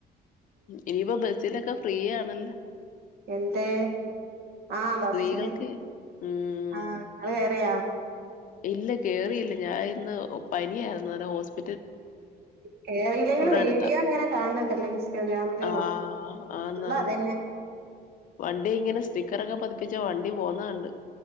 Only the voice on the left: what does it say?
ഇനിപ്പ ബസ്സിലെക്കെ ഫ്രീയാണല്ലെ
സ്ത്രീകൾക്ക് ഉം
ഇല്ല കേറില്ല ഞാഇന്ന് പനിയായിരുന്നു അന ഹോസ്പി
അടുത്താ
ആഹ് ആന്നാന്ന്
വണ്ടി ങ്ങനെ സ്റ്റിക്കറൊക്ക പതിപ്പിച്ച വണ്ടി പോന്നണ്ട്